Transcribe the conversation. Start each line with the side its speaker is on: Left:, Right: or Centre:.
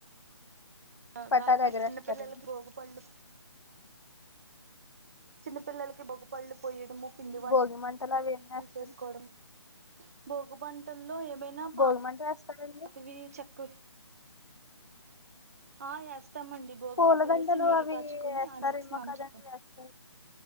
Right: ఆహ్
Left: పటాలు
Right: గాల్ ప
Left: ఎగరేస్తారండి
Right: చిన్న పిల్లలకి భోగి పళ్ళు. చిన్న పిల్లలకి భోగ్ పళ్ళు పోయ్యడము పిండి వంటలు
Left: భోగి మంటలు అవి ఏం వేస్తారు
Right: చేసుకోడం భోగ మంటల్లో ఏమైనా
Left: భోగి
Right: పా
Left: మంట వేస్తారండి
Right: తవి చెక్కవి. ఆహ్ ఎస్తామండి భోగమంట
Left: పూలదండలు
Right: వేసి నీళ్ళు
Left: అవి
Right: కాచుకుని
Left: వేస్తారేమో
Right: ఆ నీళ్ళతో స్నానం
Left: కదండి
Right: చేస్తాం.
Left: వేస్తారు